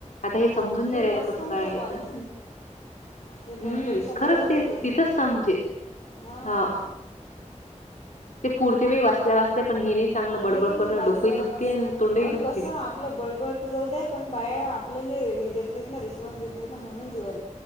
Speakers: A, on the left; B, on the left.
A: आ हे
B: हाव
A: समून
B: ते
A: रा
B: मस्त
A: कस
B: होतं
A: काय.
B: पण हे फोनपेक्षा
A: हम्म
B: बरं
A: खरंच
B: होतं
A: ते तिथंच समजे
B: हां
A: हा. ते पुरते प वाचल्या वाचल्या. पण हे नाही चांगलं बडबड
B: हे की नाही
A: करणं
B: वाचले
A: डोकंही
B: वाचले
A: दुखते आणि तोंडही दुखते.
B: कस आपलं बळबळ जाऊ द्या पण बाहेर आपल्या. देत नाहीत ना रिस्पॉन्सेत म्हणून जु य